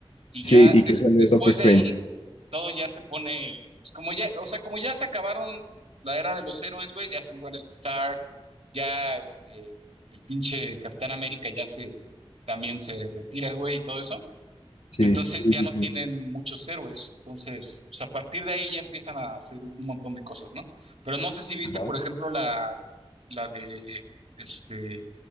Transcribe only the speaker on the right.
Y
ya
des-
después
de ahí, todo ya se pone, pues, como ya, o sea, como ya se acabaron la era de los héroes, güey, ya se muere el Stark, ya este, el pinche Capitán América ya se, también se retira el güey y todo eso.
Entonces
ya
no
tienen muchos héroes. Entonces, pues, a partir de ahí ya empiezan a hacer un montón de cosas, ¿no? Pero no sé si viste,
por ejemplo, la, la de este